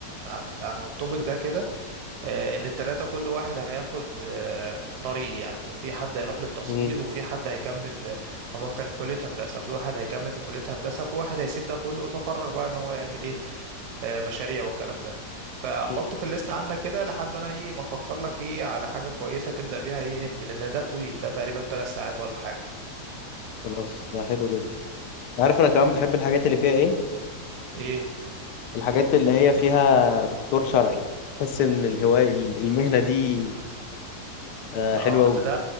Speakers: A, on the right; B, on the left.
A: عن عن, عن التوبيك ده كده آه، ان التلاتة كل واحد هياخد آه، طريق يعني في حد هيروح للتصوير
B: امم
A: وفي حد هيكمل هما كان في كلية هندسة في واحد هيكمل في كلية هندسة في واحد هيسيب ده كله ويتفرغ بقى ان هو يعمل ايه آه، مشاريع والكلام ده فحطه
B: امم
A: في الليست عندك كده لحد انا ايه ما افكر لك ايه على حاجه كويسه تبدا بيها ايه هندي لان ده طويل ده تقريبا ثلاث ساعات ولا حاجه
B: خلاص ده حلو جدا عارف انا كمان بحب الحاجات اللي فيها ايه
A: ايه
B: الحاجات اللي هي فيها دكتور شرعي بحس ان الهوايه ال- المهنه دي آه
A: اه
B: حلوه قوي
A: انت ده